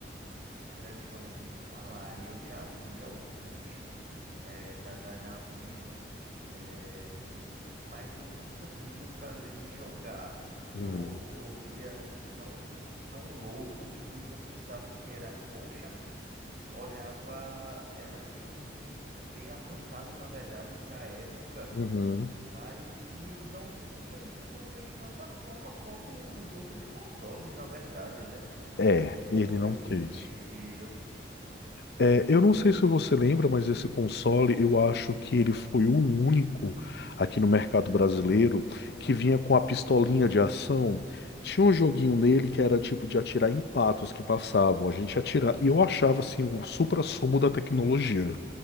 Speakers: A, on the right; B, on the left.
A: Cara, eu já ouvi falar e eu já vi alguns eh, da Dynavision. eh, mas eu nunca tive o prazer de jogar.
B: Hum,
A: Eu, eu via tão, tão louco que eu pensava que era, poxa, olhava, era bem, bem avançado, na verdade, para a época,
B: uhum.
A: mas que não, infelizmente, não fez tanta fama quanto os outros consoles, na verdade, né?
B: É,
A: Ele ficou
B: ele não
A: meio que
B: teve.
A: esquecido.
B: É, eu não sei se você lembra, mas esse console, eu acho que ele foi o único aqui no mercado brasileiro que vinha com a pistolinha de ação. Tinha um joguinho nele que era tipo de atirar em patos que passavam. A gente atirava. E eu achava assim o supra-sumo da tecnologia.